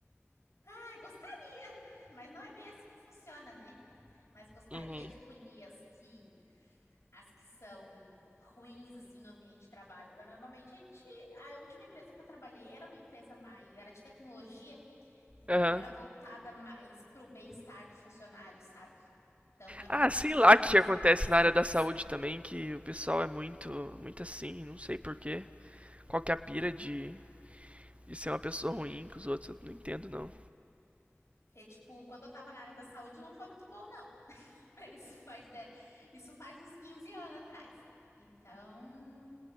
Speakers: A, on the left; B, on the right.
A: Ai, gostaria, mas não é bem assim que funciona, né? Mas gostaria
B: Uhum.
A: de punir as que as que são ruins assim no ambiente de trabalho. Mas, Normalmente a gente, a última empresa que eu trabalhei era uma empresa mais, era de tecnologia, então
B: Aham.
A: era voltada mais para o bem-estar do funcionário, sabe? Então era
B: Ah,
A: um pouco
B: sei
A: diferente
B: lá o que
A: as
B: acontece
A: coisas.
B: na área da saúde também, que o pessoal é muito, muito assim, não sei porquê. Qual que é a pira de, de ser uma pessoa ruim que os outros, eu não entendo não.
A: E, tipo, quando eu tava na área da saúde não foi muito bom, não. <laughs> Isso faz, de- isso faz uns 15 anos atrás. Então,